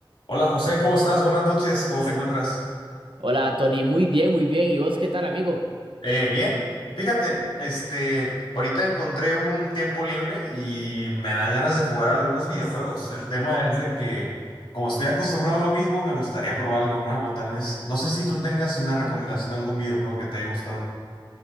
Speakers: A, on the left; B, on the right.
A: Hola José, ¿cómo estás? Buenas noches, ¿cómo te encuentras?
B: Hola, Tony, muy bien, muy bien. ¿Y vos qué tal, amigo?
A: Eh, bien, fíjate, este, ahorita encontré un tiempo libre y me dan ganas de jugar algunos videojuegos. El tema es de que, como estoy acostumbrado a lo mismo, me gustaría probar algo nuevo, tal vez. No sé si tú tengas una recomendación de algún videojuego que te haya gustado.